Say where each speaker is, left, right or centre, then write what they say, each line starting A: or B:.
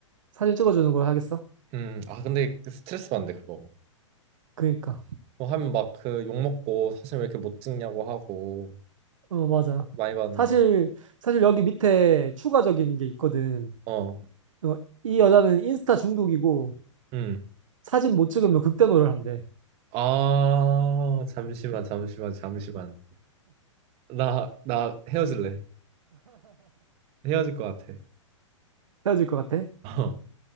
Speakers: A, on the right; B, on the right.
A: 사진 찍어주는 걸 하겠어?
B: 음, 아 근데 그 스트레스 받는데 그거.
A: 그니까.
B: 뭐 하면 막 그 욕 먹고 사진 왜 이렇게 못 찍냐고 하고
A: 어, 맞아.
B: 많이 받는데.
A: 사실, 사실 여기 밑에 추가적인 게 있거든.
B: 어,
A: 어, 이 여자는 인스타 중독이고
B: 음.
A: 사진 못 찍으면 극대노를 한대.
B: 아 잠시만 잠시만 잠시만. 나 나 헤어질래. 헤어질 것 같아.
A: 헤어질 것 같아?
B: <laughs> 어.